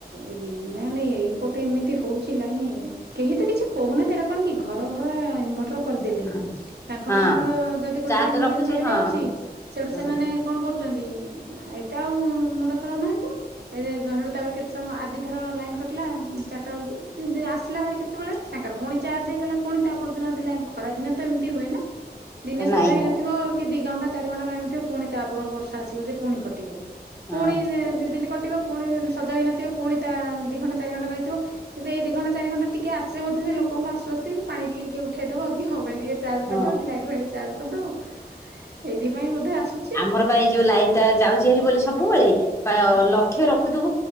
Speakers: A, on the right; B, on the left.
A: ଏ ମେନ ଏଇ ପଟେ ଏମିତି ହଉଛି ଲାଇନି କେହି ତ କିଛି କହୁନାହାନ୍ତିରା କଣ କି ଘର ଘର ଭୋଟର କରିଦେଲେ
B: ହଁ
A: ତାଙ୍କ
B: ହଁ
A: ମାନଙ୍କର ଯଦି ଗୋଟେ
B: ଚାର୍ଜ
A: ଦିନ ଦି
B: ରଖୁଛି
A: ଦିନ ଚଳି
B: ହଁ
A: ଯାଉଛି ସେଠୁ
B: ହଁ
A: ସେମାନେ କଣ କରୁଛନ୍ତି ଏତେ ଆଉ ମୁଣ୍ଡ ଖେଳଉନାହାନ୍ତି ଏଡୁ ତାପରେ କେତେ ତମ ଆଜିଥର ଲାଇନ୍ କଟିଲା ଚାରିଟା ବେଳ କି ଆସିଲା ଭାରି କେତେବେଳେ ତାଙ୍କର ପୁଣି ଚାର୍ଜ ହେଇଗଲା। ପୁଣି ତା ପର ଦିନ ଦେଲା ଖରା ଦିନ ତ ଏମିତି ହୁଏ ନା ଦିନେ
B: ହଁ
A: ସଜ
B: ନାଇଁ
A: ହେଇନଥିବ
B: ପା
A: କି ଦି ଘଣ୍ଟା ଚାରି ଘଣ୍ଟା ଆଣୁଥିବ ପୁଣି ତାପ ବର୍ଷା ଆସିବ ଯେ ପୁଣି କଟିବ ପୁଣି
B: ହଁ
A: ଦି ଦିନ କଟିବ ପୁଣି ସଜା ହୋଇନଥିବ ପୁଣି ତା ଦି ଘଣ୍ଟା ଚାରି ଘଣ୍ଟା ରହିଥିବ। କିନ୍ତ ଏଇ ଦି ଘଣ୍ଟା ଚାରି ଘଣ୍ଟା ଟିକେ ଆସେ ବୋଧ ସେ ଲୋକଙ୍କୁ ଆସ୍ସ୍ତି ପାଣି ଟିକେ କିଏ ଉଠେ ଉଠେଇଦବ କି ମୋବାଇଲ ଟିକେ ଚାର୍ଜ
B: ହଁ
A: କରିଦବ କି ଲାଇଟ୍ ଫାଇ ଚାର୍ଜ କରିଦବ ଏଇଥିପାଇଁ ବୋଧେ ଆସୁ
B: ଆମର ବା ଏଇ ଯୋଉ ଲାଇନ ଟା ଯାଉଛି ହେରି ବୋଲି ସବୁବେଳେ ବା
A: ହୁଁ
B: ଲକ୍ଷ୍ୟ ରଖୁଥୁ